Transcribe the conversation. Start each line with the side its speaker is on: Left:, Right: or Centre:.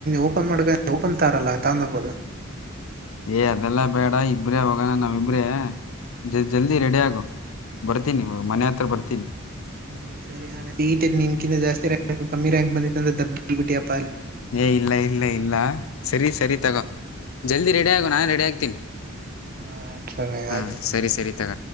Right: ಓಪನ್ ಮಾಡ ಓಪನ್ ತಾರಲ್ಲ ತಂದಬೋದು
Left: ಏ ಅದೆಲ್ಲ ಬೇಡ ಇಬ್ರೇ ಹೋಗೋಣ ನಾವ ಇಬ್ರೇ ಜ ಜಲ್ದಿ ರೆಡಿ ಆಗು ಬರ್ತೀನಿ ಮನೆ ಹತ್ರ ಬರ್ತೀನಿ
Right: ಹ್ಮ್ ಸರಿ ಆಮೇ ಈಟೆ ನಿನ್ಕಿಂತ ಜಾಸ್ತಿ ರಂಕ್ ಕಮ್ಮಿ ರ್ಯಾಕ್ ಬಿತ್ತಂದೆ ದಬ್ಬ ಬಿಟ್ಟಿ
Left: ಏ ಇಲ್ಲ ಇಲ್ಲ ಇಲ್ಲ ಸರಿ ಸರಿ ತಗೋ ಜಲ್ದಿ ರೆಡಿ ಆಗುವ ನಾನು ರೆಡಿ ಆಗ್ತೀನಿ
Right: ಹಾ
Left: ಹಾ
Right: ಆಯ್ತು
Left: ಸರಿ ಸರಿ ತಗ